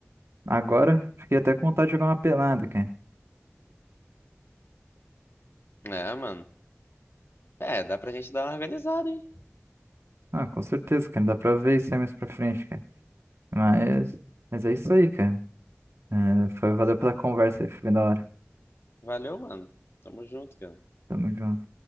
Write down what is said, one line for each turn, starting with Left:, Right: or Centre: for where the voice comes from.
Right: agora fiquei até com vontade de jogar uma pelada, cara.
Left: É, mano. É, dá pra gente dar uma organizada, hein?
Right: Ah, com certeza, cara, dá pra ver isso aí mais pra frente, cara. Mas, mas é isso aí, cara. É, foi, valeu pela conversa aí, foi bem da hora.
Left: Valeu, mano. Tamo junto, cara.
Right: Tamo junto.